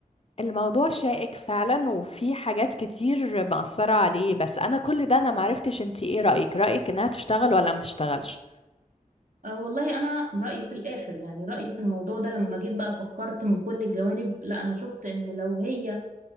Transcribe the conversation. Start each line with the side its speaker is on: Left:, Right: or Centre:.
Left: الموضوع شائك فعلا وفي حاجات كتير مأثرة عليه بس أنا كل ده أنا معرفتش انتي ايه رأيك رأيك إنها تشتغل ولا ما تشتغلش
Right: أه والله أنا رأيي في الآخر يعني رأيي في الموضوع ده لما جيت بقى فكرت من كل الجوانب لا أنا شفت إن لو هي